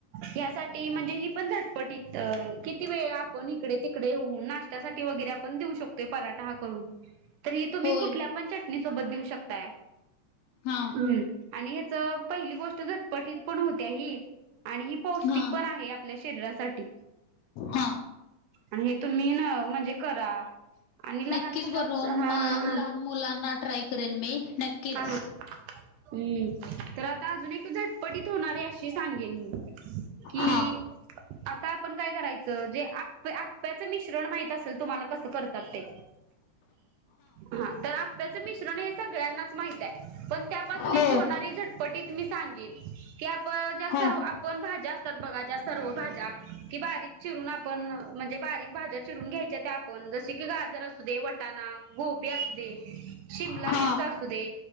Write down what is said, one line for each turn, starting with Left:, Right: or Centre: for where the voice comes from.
Right: ह्यासाठी म्हणजे ही पण झटपटीतऽअंऽ किती वेळा आपण इकडे, तिकडे होऊन, नाश्त्यासाठी वगैरे आपण देऊ शकतोय हा पराठा करून. तर हि तुम्ही
Left: होय
Right: कुठल्या पण चटणी सोबत देऊ शकताय,,
Left: हा
Right: हम्. आणि ह्याचं पहिली गोष्ट,, झटपटीत पण होत्या ही. आणि हि पौष्टिक
Left: हा
Right: पण आहे आपल्या शरीरासाठी,,
Left: हा
Right: आणि हे. तुम्ही न म्हणजे करा. आणि लहान
Left: नक्कीच
Right: मुलाच
Left: बनवून
Right: हा हा हा
Left: लहान मुलांना ट्राय करेन मी. नक्कीच
Right: अ, हम्म, तर आता अजून एक झटपटीत होणारी अशी ऽऽ पी सांगेन मी,,, की
Left: हा
Right: आऽऽ पण काय करायचं जे आप आप्याच मिश्रण माहित असेल तुम्हाला कस करऽऽ सतात ते,, हा तर आप्याचं मिश्रण हे सगळ्यांनाऽ नाच माहितीय,, पन त्या पासून
Left: हो
Right: एक होणारी झटापटीत मी सांगेन. व ज्या सर्व
Left: हा हा
Right: आपण भाज्या असतात बघा. ज्या सर्व भाज्या. की बारीकऽऽ चिरुन आपन म्हन्जे. बारिऽऽ बारीक भाज्या चिरून घ्यायच्या त्या आपण जसे की गाजर, असू दे वटाणा, गोबी, अस दे. शिमला
Left: हा
Right: मिरच असुऽऽ हे,